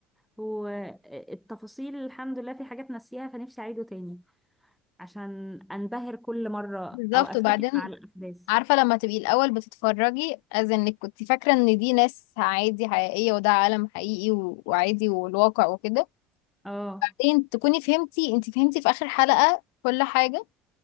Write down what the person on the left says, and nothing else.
بالظبط
وبعدين
عارفة لما تبقي الأول بتتفرجي از انك كنت فاكرة ان دي ناس عادي حقيقية وده عالم حقيقي و- وعادي والواقع وكده
بعدين تكوني فهمتي انت فهمتي في آخر حلقة كل حاجة